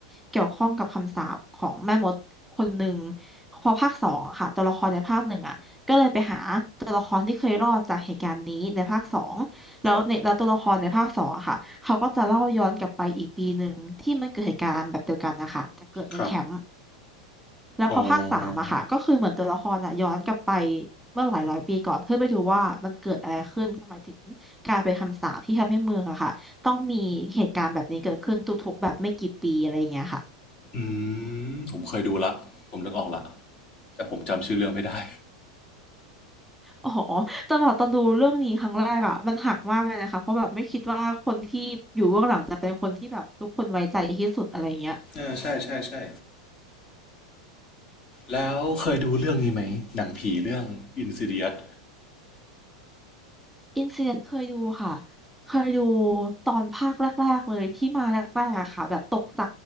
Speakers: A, in the centre; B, on the left (about 35°).
A: เกี่ยวข้องกับคำสาปของแม่มดคนหนึ่งพอภาคสองอะค่ะตัวละครในภาคหนึ่งอะก็เลยไปหาตัวละครที่เคยรอดจากเหตุการณ์นี้ในภาคสอง แล้วในแล้วตัวละครในภาคสองอะค่ะเขาก็จะเล่าย้อนกลับไปอีกปีหนึ่งที่มันเกิดเหตุการณ์แบบเดียวกันนะคะจะเกิดในแคมป์
B: ครับครับ
A: แล้วพอภาคสามอะค่ะก็คือเหมือนตัวละครอะย้อนกลับไป
B: อ๋อ
A: เมื่อหลายร้อยปีก่อนเพื่อไปดูว่ามันเกิดอะไรขึ้นทำไมถึงกลายเป็นคำสาปที่ทำให้เมืองอะค่ะต้องมีเหตุการณ์แบบนี้เกิดขึ้นทุกๆแบบไม่กี่ปีอะไรอย่างเงี้ยค่ะ
B: อืมผมเคยดูละผมนึกออกละแต่ผมจำชื่อเรื่องไม่ได้
A: อ๋อแต่แบบตอนดูเรื่องนี้ครั้งแรกอะมันหักมากเลยนะคะเพราะแบบไม่คิดว่าคนที่อยู่เบื้องหลังจะเป็นคนที่แบบทุกคนไว้ใจที่สุดอะไรอย่างเงี้ย
B: เออใช่ใช่ใช่แล้วเคยดูเรื่องนี้ไหมหนังผีเรื่อง Insidious
A: อินซีเคยดูค่ะเคยดูตอนภาคแรกๆเลยที่มาแรกๆอะค่ะแบบตกใจ